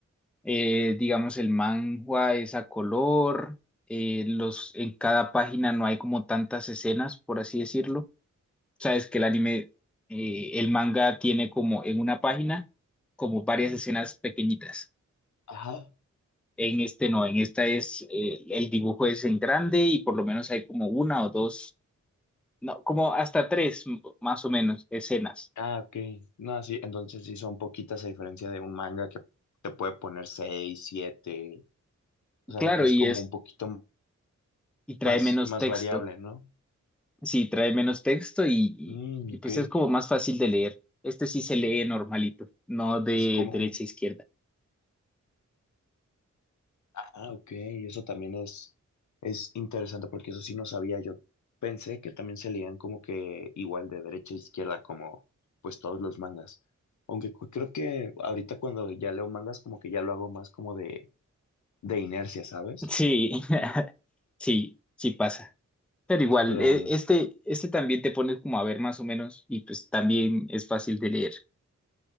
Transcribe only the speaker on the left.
Ajá.
Ah, ok. No, sí, entonces sí son poquitas a diferencia de un manga que te puede poner seis, siete, o sea,
que es
como
un poquito
más,
más
variable, ¿no?
Mm,
ok.
Es como,
un-
ah, ok, eso también es, es interesante porque eso sí no sabía. Yo pensé que también se leían como que igual de derecha a izquierda, como pues todos los mangas. Aunque cu- creo que ahorita cuando ya leo mangas, como que ya lo hago más como de, de inercia, ¿sabes?
Pero
bueno.